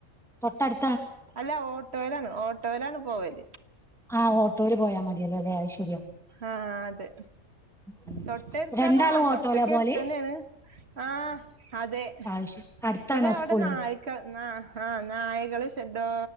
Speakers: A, in the centre; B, on the right.
A: തൊട്ടടു
B: അല്ല ഓട്ടോയിലാണ് ഓട്ടോയിലാണ് പോവൽ
A: ആ ഓട്ടോയിൽ പോയാൽ മതിയലോലേ അത് ശരിയാ
B: ആഹ അതെ
A: ഉം.
B: തൊട്ട് അടുത്ത്
A: രണ്ടാളും
B: തന്നെ കൊറച്ചൊക്കെ
A: ഓട്ടോയിലാ പോവല്
B: അടുത്ത് തന്നെയാണ് ആഹ അതെ
A: അത് ശരി അടുത്താണോ
B: പിന്നെ അവിടെ
A: സ്കൂള്
B: നായക്ക <unintelligible> ആഹ നായകള് ട്ടോ